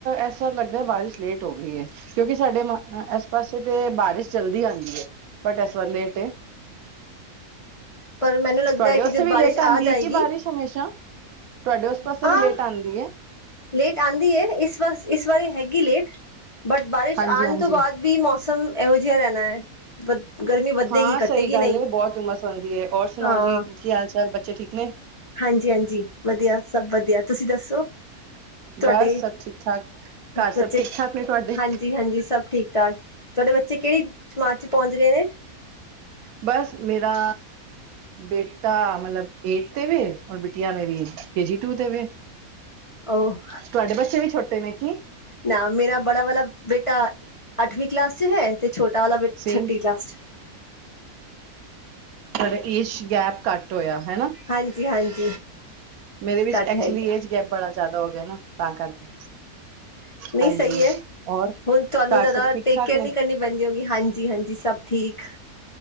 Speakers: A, on the right; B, on the left.
A: ਇਸ ਵਾਰ ਲੱਗਦਾ ਬਾਰਿਸ਼ ਲੇਟ। ਹੋ ਗਈ ਹੈ ਕਿਉਂਕਿ ਸਾਡੇ ਮ ਐਸ ਪਾਸੇ ਤੇ ਬਾਰਿਸ਼ ਜਲਦੀ ਆਉਂਦੀ ਹੈ। ਪਟਿਆ ਸ ਵ ਲੇਟ ਹੈ <inaudible>
B: ਪਰ ਮੈਨੂੰ ਲੱਗਦਾ
A: ਤੁਹਾਡੇ
B: ਹੈ ਕਿ
A: ਉੱਥੇ
B: ਜਦ
A: ਵੀ
B: ਬਾਰਿਸ਼
A: ਲੇਟ ਆਉਂਦੀ
B: ਆ ਜਾਏਗੀ।
A: ਹੈ ਕਿ ਬਾਰਿਸ਼ ਹਮੇਸ਼ਾ ਤੁਹਾਡੇ ਉਸ ਪਾਸੇ
B: ਆਹ
A: ਵੀ ਲੇਟ ਆਉਂਦੀ ਹੈ
B: ਲੇਟ ਆਉਂਦੀ ਹੈ ਇਸ ਵ ਇਸ ਵਾਰੀ ਹੈਗੀ ਲੇਟ ਬਟ ਬਾਰਿਸ਼
A: ਹਾਂਜੀ
B: ਆਉਣ
A: ਹਾਂਜੀ
B: ਤੋਂ ਬਾਅਦ ਵੀ ਮੌਸਮ ਇਹੋ ਜਿ ਜਿਹਾ ਰਹਿਣਾ ਹੈ ਵ ਗਰਮੀ ਵੱਧੇਗੀ
A: ਹਾਂ
B: ਕੱਟੇਗੀ
A: ਸਹੀ ਗੱਲ
B: ਨਹੀਂ
A: ਹੈ ਬਹੁਤ ਉਮਸ ਹੁੰਦੀ ਹੈ ਔਰ ਸੁਣਾਓ
B: ਹਾਂ।
A: ਜੀ ਕੀ ਹਾਲ ਚਾਲ ਬੱਚੇ ਠੀਕ ਨੇ।
B: ਹਾਂਜੀ ਹਾਂਜੀ ਵਧੀਆ ਸਭ ਵਧੀਆ ਤੁਸੀਂ ਦੱਸੋ। ਤੁਹਾਡੇ
A: ਬਸ ਸਭ ਠੀਕ ਠਾਕ ਘਰ
B: ਬੱਚੇ
A: ਸਭ ਠੀਕ ਠਾਕ ਨੇ ਤੁਹਾਡੇ
B: ਹਾਂਜੀ ਹਾਂਜੀ ਸਭ ਠੀਕ ਠਾਕ। ਤੁਹਾਡੇ ਬੱਚੇ ਕਿਹੜੀ ਜਮਾਤ ਚ ਪਹੁੰਚ ਗਏ ਨੇ।
A: ਬਸ ਮੇਰਾ ਬੇਟਾ ਮਲਬ ਏਟ ਤੇ ਵੇ ਰ ਬਿਟਿਆ ਮੇਰੀ ਕੇਜੀ ਟੂ ਤੇ ਵੇ
B: ਉਹ
A: ਤੁਹਾਡੇ ਬੱਚੇ ਵੀ ਛੋਟੇ ਨੇ ਕੀ
B: ਨਾ ਮੇਰਾ ਬੜਾ ਵਾਲਾ ਬੇਟਾ ਅੱਠਵੀਂ ਕਲਾਸ ਚ ਹੈ ਤੇ ਛੋਟਾ ਵਾਲਾ ਬੇ
A: ਸੇਮ
B: ਛੱਟੀ ਕਲਾਸ ਚ।
A: ਬੜਾ ਏਸ਼ ਗੈਪ ਘੱਟ ਹੋਇਆ। ਹਨਾ
B: ਹਾਂਜੀ, ਹਾਂਜੀ।
A: ਮੇਰੇ ਵਿੱਚ
B: ਘੱਟ
A: ਐਕਚੁਲੀ
B: ਹੈਗਾ
A: ਏਜ ਗੈਪ ਬੜਾ ਜ਼ਿਆਦਾ ਹੋ ਗਿਆ ਨਾ ਤਾਂ ਕਰਕੇ।
B: ਹ <inaudible> ਨਹੀਂ
A: ਹਾਂਜੀ
B: ਸਹੀ ਹੈ
A: ਔਰ
B: ਹੁਣ ਤੁਹਾਨੂੰ
A: ਘਰ
B: ਜ਼ਿਆਦਾ
A: ਸਭ
B: ਟੇਕ
A: ਠੀਕ ਠਾਕ
B: ਕੇਅਰ
A: ਨੇ
B: ਨਹੀਂ ਕਰਨੀ ਪੈਂਦੀ ਹੋਗੀ ਹਾਂਜੀ ਹਾਂਜੀ ਸਭ ਠੀਕ। <unintelligible>